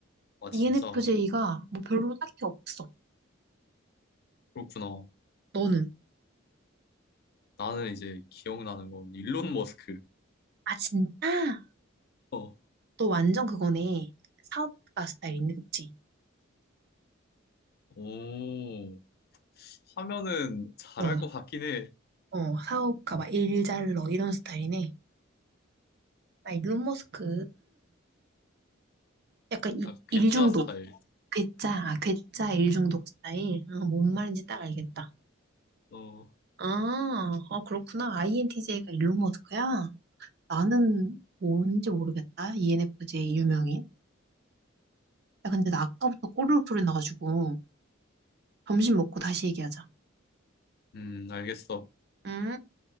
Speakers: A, on the left; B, on the right.
A: 아,
B: ENFJ가
A: 진짜.
B: 뭐 별로 딱히 없어.
A: 그렇구나.
B: 너는?
A: 나는 이제 기억나는 건 일론 머스크.
B: 아, 진짜?
A: 어,
B: 너 완전 그거네. 사업가 스타일인데, 그치?
A: 오, 하면은 잘할
B: 어,
A: 것 같긴 해.
B: 어, 사업가 막 일잘러 이런 스타일이네. 아, 일론 머스크. 약간 이,
A: 아, 괴짜
B: 일중독.
A: 스타일.
B: 괴짜, 아, 괴짜 일중독 스타일. 아, 뭔 말인지 딱 알겠다.
A: 어,
B: 아, 아, 그렇구나. INTJ가 일론 머스크야? 나는 뭔지 모르겠다. ENFJ 유명인. 야, 근데 나 아까부터 꼬르륵 소리 나가지고 점심 먹고 다시 얘기하자.
A: 음, 알겠어.
B: 음.